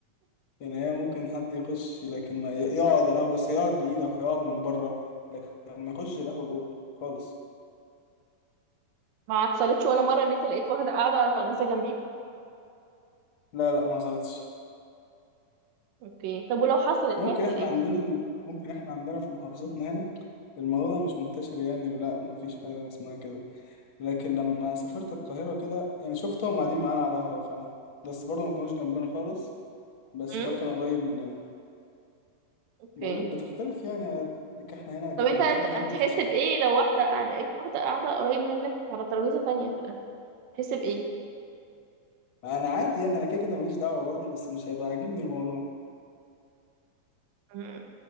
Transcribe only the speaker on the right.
ما حصلتش ولا مره ان انت لقيت واحده قاعده على ترابيزه جنبيك
اوكي طب ولو حصلت
هيحصل
ايه
امم
اوكي
طب انت هت- هتحس
بايه لو واحده قاعدة- لقيت واحده قاعده قريب منك على ترابيزه تانية في القهوه تحس بايه
امم